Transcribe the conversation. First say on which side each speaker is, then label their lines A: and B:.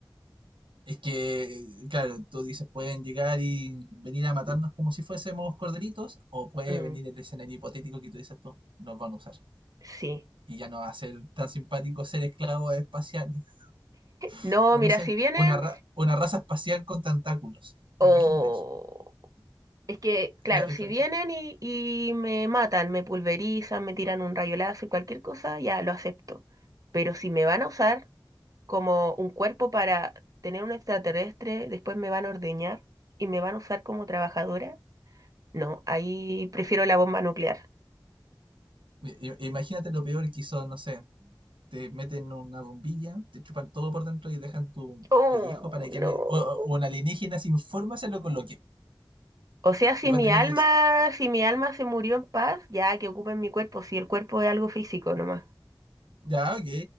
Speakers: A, on the right; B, on the right.
A: Es que, claro, tú dices, pueden llegar y venir a matarnos como si fuésemos corderitos, o puede
B: Mm,
A: venir el escenario hipotético que tú dices tú, nos van a usar.
B: sí.
A: Y ya no va a ser tan simpático ser esclavo espacial, <laughs>
B: No,
A: de
B: mira,
A: no sé,
B: si vienen,
A: una, ra- una raza espacial con tentáculos.
B: o...
A: Imagínate eso.
B: Es que, claro,
A: Cla- eh,
B: si
A: cla-
B: vienen
A: cla-
B: y, y me matan, me pulverizan, me tiran un rayo láser, cualquier cosa, ya lo acepto. Pero si me van a usar como un cuerpo para tener un extraterrestre, después me van a ordeñar y me van a usar como trabajadora, no, ahí prefiero la bomba nuclear.
A: i- i- Imagínate lo peor que hizo, no sé, te meten una bombilla, te chupan todo por dentro y dejan tu
B: Oh,
A: pellejo para que
B: no.
A: alguien, o, o o un alienígena sin forma se lo coloque.
B: O sea, si
A: Y va
B: mi
A: a tener,
B: alma,
A: exacto,
B: si mi alma se murió en paz, ya que ocupen mi cuerpo, si el cuerpo es algo físico nomás.
A: ya, ok,